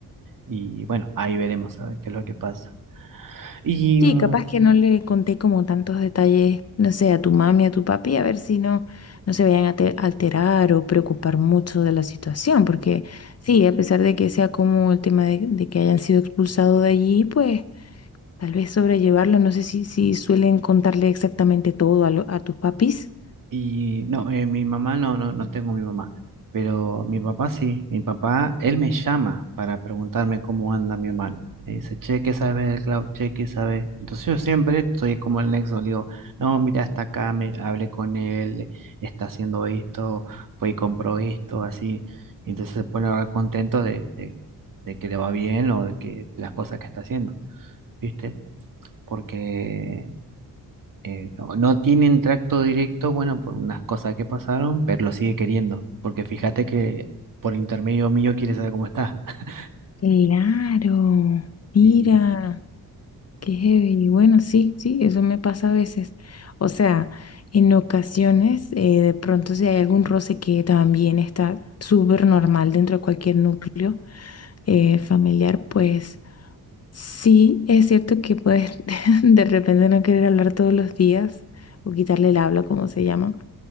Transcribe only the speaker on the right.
Y bueno, ahí veremos a ver qué es lo que pasa. Y
mm,
Y no, eh, mi mamá no, no, no tengo mi mamá, pero mi papá sí, mi papá, él me llama para preguntarme cómo anda mi hermano. Me dice, che, ¿qué sabes del cloud? Che, ¿qué sabes? Entonces yo siempre soy como el nexo, le digo, no, mira, está acá, me, hablé con él, está haciendo esto, fue y compró esto, así. Y entonces se pone ahora contento de, de, de que le va bien o de que las cosas que está haciendo, ¿viste? Porque eh, no no tienen tracto directo, bueno, por unas cosas que pasaron, pero lo sigue queriendo, porque fíjate que por intermedio mío quiere saber cómo está. <laughs>
Y